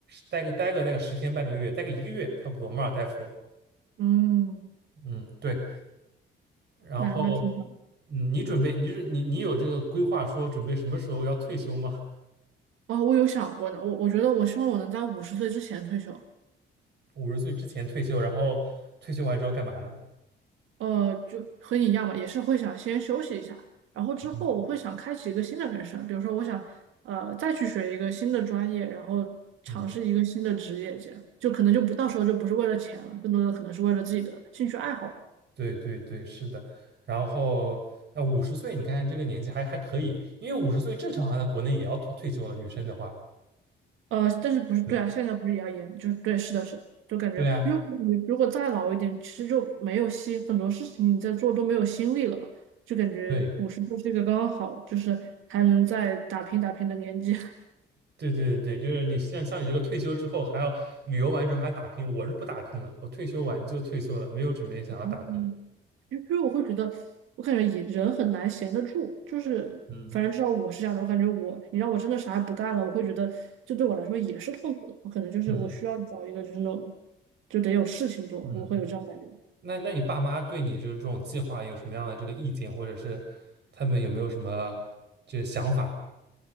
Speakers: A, on the right; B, on the right.
A: 待个待个待个十天半个月，待个一个月差不多，马尔代夫。
B: 嗯，
A: 嗯，对，然后
B: 那那挺好。
A: 嗯，你准备你是你你有这个规划说准备什么时候要退休吗？
B: 哦，我有想过呢，我我觉得我希望我能在五十岁之前退休，
A: 五十岁之前退休，然后退休完之后干嘛呢？
B: 呃，就和你一样吧，也是会想先休息一下，然后之后我会想开启一个新的人生，
A: 嗯，
B: 比如说我想呃再去学一个新的专业，然后尝试一个新的职业，
A: 嗯，
B: 这样就可能就不到时候就不是为了钱了，更多的可能是为了自己的兴趣爱好。
A: 对对对，是的。然后那五十岁，你看这个年纪还还可以，因为五十岁正常好像在国内也要退退休了，女生的话。
B: 呃，但是不是对啊？
A: 对
B: 现在不是也要严？就是对，是的是，就感觉，
A: 对啊，
B: 因为我感觉如果再老一点，其实就没有心，很多事情你在做都没有心力了吧？就感觉五十就是一个刚刚好，
A: 对
B: 就是还能再打拼打拼的年纪。
A: 对对对，就是你像像你这个退休之后还要旅游完之后还要打拼，我是不打拼了，我退休完就退休了，没有准备想要打拼。
B: <laughs> 因为我会觉得，我感觉也人很难闲得住，就是反正至少我是这样的，
A: 嗯
B: 我感觉我你让我真的啥也不干了，我会觉得这对我来说也是痛苦的。我可能就是我需要找一个就是那种
A: 嗯
B: 就得有事情做吧，
A: 嗯嗯嗯嗯。
B: 我会有这样的感觉。
A: 那那你爸妈对你就是这种计划有什么样的这个意见，或者是他们有没有什么这个想法？